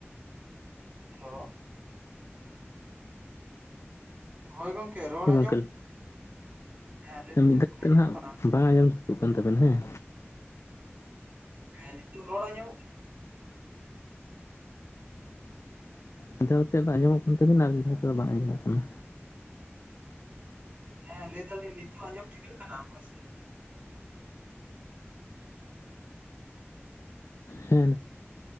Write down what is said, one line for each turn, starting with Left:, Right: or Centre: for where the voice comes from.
Right: Hello. ᱦᱳᱭ ᱜᱚᱝᱠᱮ ᱨᱚᱲ ᱟᱸᱡᱚᱢᱚᱜ
Left: ᱜᱚᱝᱠᱮ
Right: ᱦᱮᱸ ᱱᱤᱛ
Left: ᱢᱤᱫ ᱫᱷᱟᱹᱣ ᱠᱟᱛᱮ
Right: ᱟᱸᱡᱚᱢᱚᱜ
Left: ᱱᱟᱦᱟᱜ
Right: ᱠᱟᱱᱟ?
Left: ᱵᱟᱝ ᱟᱸᱡᱚᱢ ᱡᱩᱛᱩᱜ ᱠᱟᱱ ᱛᱟᱵᱮᱱ ᱦᱮᱸ᱾
Right: ᱦᱮᱸ ᱱᱤᱛᱚᱜ ᱨᱚᱲ ᱟᱡᱟᱜ ᱠᱟᱱᱟ?
Left: ᱢᱤᱫ ᱫᱷᱟᱣ ᱠᱟᱛᱮᱫ ᱫᱚ ᱟᱸᱡᱚᱢᱚᱜ ᱠᱟᱱ ᱛᱟᱵᱤᱱ ᱟᱨ ᱢᱤᱫ ᱫᱷᱟᱣ ᱠᱟᱛᱮᱫ ᱫᱚ ᱵᱟᱝ ᱟᱸᱡᱚᱢᱚᱜ ᱠᱟᱱᱟ᱾
Right: ᱦᱮᱸ, ᱞᱟᱹᱭ ᱫᱟᱞᱤᱧ ᱱᱤᱛᱚᱜ ᱟᱸᱡᱚᱢ ᱴᱷᱤᱠᱟᱹᱜ ᱠᱟᱱᱟ ᱢᱚᱡᱛᱮ?
Left: ᱦᱮᱸ